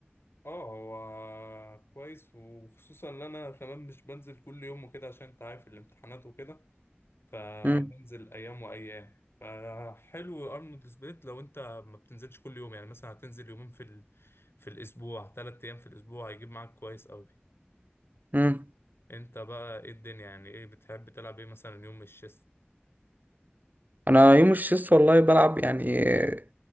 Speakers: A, on the left (about 70°); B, on the right (about 45°).
A: اه هو كويس وخصوصا ان انا كمان مش بنزل كل يوم وكده عشان انت عارف الامتحانات وكده فبنزل
B: امم
A: ايام وايام فحلو ارنولد سبليت لو انت ما بتنزلش كل يوم يعني مثلا هتنزل يومين في ال... في الاسبوع ثلاث ايام في الاسبوع هيجيب معاك كويس قوي
B: امم
A: انت بقى ايه الدنيا يعني ايه بتحب تلعب ايه مثلا يوم الشيست
B: انا يوم الشيست والله بلعب يعني آه،